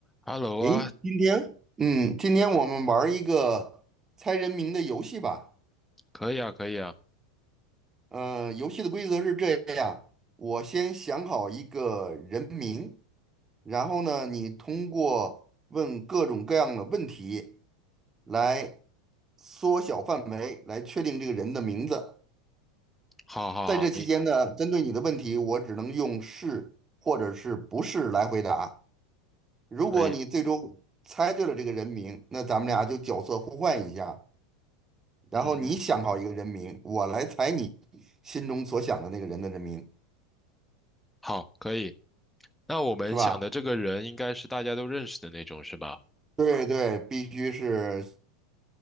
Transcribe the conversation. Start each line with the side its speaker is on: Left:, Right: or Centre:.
Centre: Hello
Right: 诶，
Centre: 啊，
Right: 今天，嗯，今天我们玩儿一个猜人名的游戏吧。
Centre: 可以啊，可以啊，
Right: 嗯、游戏的规则是这样：我先想好一个人名，然后呢，你通过问各种各样的问题来缩小范围，来确定这个人的名字。
Centre: 好好好，
Right: 在这期间呢，
Centre: 没
Right: 针对你的问题，我只能用是或者是不是来回答。如果你最终猜对了这个人名，
Centre: 可以，
Right: 那咱们俩就角色互换一下。然后你想好一个人名，
Centre: 嗯嗯，
Right: 我来猜你心中所想的那个人的人名，
Centre: 好，可以。那我们想的这个人应该是大家都认识的那种，
Right: 是吧？
Centre: 是吧？
Right: 对对，必须是